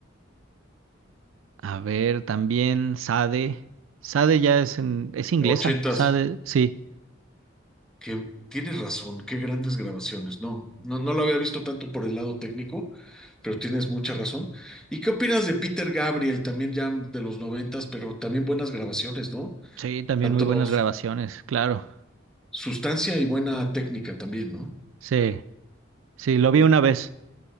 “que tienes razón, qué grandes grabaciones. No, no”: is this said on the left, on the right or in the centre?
Centre